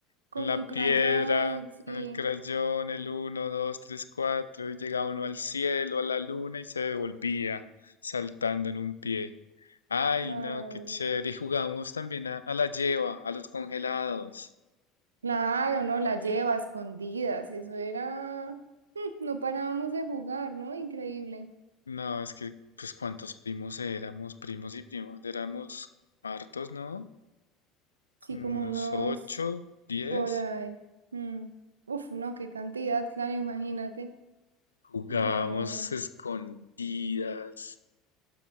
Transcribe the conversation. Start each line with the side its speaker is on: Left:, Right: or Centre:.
Right: con
Left: con la
Right: un crayón,
Left: piedra,
Right: sí.
Left: con el crayón, el uno, 2, 3, 4, y llegaba uno al cielo, a la luna y se devolvía saltando en un pie. Ay,
Right: Ay,
Left: no, qué chévere. Y jugamos también a, a la lleva, a los congelados.
Right: claro, ¿no? La lleva a escondidas. Eso era. Mm, No parábamos de jugar, ¿no? Increíble.
Left: No, es que, pues, ¿cuántos primos éramos? Primos y primas, éramos hartos, ¿no?
Right: Sí,
Left: Como
Right: como
Left: unos
Right: unos
Left: ocho, diez.
Right: Por ahí. Mm. Uf, no, qué cantidad, claro, imagínate.
Left: Jugábamos
Right: No,
Left: escondidas.